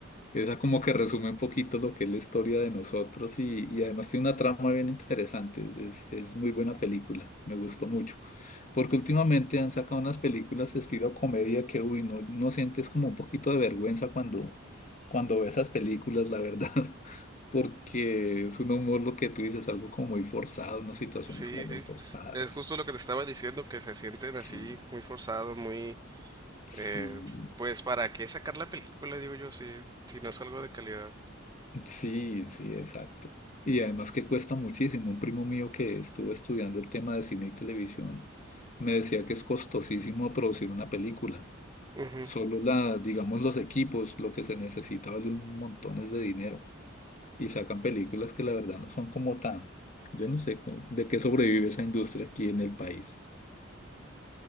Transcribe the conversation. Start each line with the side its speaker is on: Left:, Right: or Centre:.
Left: Esa como que resume un poquito lo que es la historia de nosotros y, y además tiene una trama bien interesante. Es, es muy buena película, me gustó mucho. Porque últimamente han sacado unas películas estilo comedia que, uy, no, no sientes como un poquito de vergüenza cuando, cuando ves esas películas, la verdad. <laughs> Porque es un humor lo que tú dices, algo como muy forzado, unas situaciones
Right: Sí,
Left: como muy
Right: sí.
Left: forzadas.
Right: Es justo lo que te estaba diciendo, que se sienten
Left: Sí,
Right: así, muy forzado, muy...
Left: sí.
Right: eh, pues, ¿para qué sacar la película? Digo yo, si, si no es algo de calidad.
Left: Sí, sí, exacto. Y además que cuesta muchísimo. Un primo mío que estuvo estudiando el tema de cine y televisión me decía que es costosísimo producir una película.
Right: Ujú.
Left: Solo la, digamos, los equipos, lo que se necesita vale un montones de dinero. Y sacan películas que la verdad no son como tan, yo no sé co- de qué sobrevive esa industria aquí en el país.